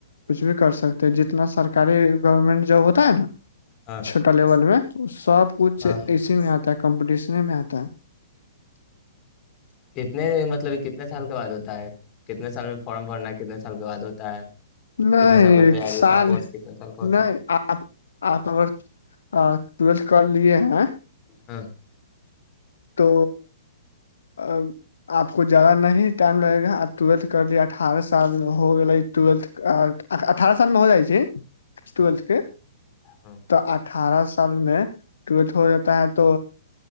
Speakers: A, on the left; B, on the left.
A: کچھ بھی کر سکتے ہیں جتنا سرکاری گورنمنٹ جو ہوتا ہے نا
B: ہاں
A: چھوٹا لیول میں سب کچھ
B: ہاں
A: اسی میں آتا ہے کمپٹیشن میں آتا ہے <unintelligible>
B: کتنے مطلب کتنے سال کے بعد ہوتا ہے کتنے سال میں فارم بھرنا ہے کتنے سال کے بعد ہوتا ہے
A: نہیں
B: کتنے سال کا تیاری
A: سال
B: ہوتا ہے کورس کتنے سال کا ہوتا
A: نہیں
B: ہے
A: آپ آپ اگر ٹویلتھ کر لیے ہیں
B: ہاں
A: تو ا آپ کو زیادہ نہیں ٹائم لگے گا آپ ٹویلتھ کر لے اٹھارہ سال ہوگے ٹویلتھ اٹھارہ سال میں ہو جائے ٹویلتھ
B: ہاں
A: کے
B: ہاں
A: تو اٹھارہ سال میں ٹلھ ہو جاتا ہے تو